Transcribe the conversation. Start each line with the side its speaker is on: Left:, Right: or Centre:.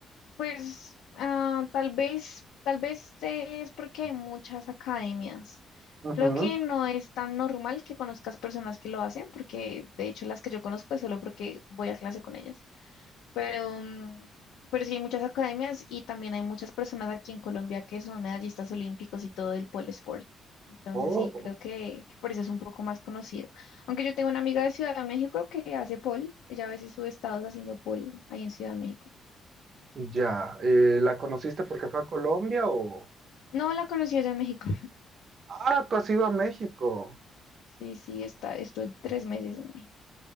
Left: Pues ah, tal vez, tal vez eh, es porque hay muchas academias.
Right: Ujú.
Left: Creo que no es tan normal que conozcas personas que lo hacen, porque de hecho las que yo conozco es solo porque voy a clase con ellas. Pero, mm, pero sí hay muchas academias y también hay muchas personas aquí en Colombia que son medallistas olímpicos y todo el pole sport. Entonces
Right: Oh,
Left: sí, creo que, que por eso es un poco más conocido. Aunque yo tengo una amiga de Ciudad de México que hace pole, ella a veces sube estados haciendo pole ahí en Ciudad de México.
Right: ya. Eh, ¿la conociste porque fue a Colombia o...?
Left: No la conocí allá en México.
Right: Ah, tú has ido a México.
Left: Sí, sí, está, estuve tres meses en México.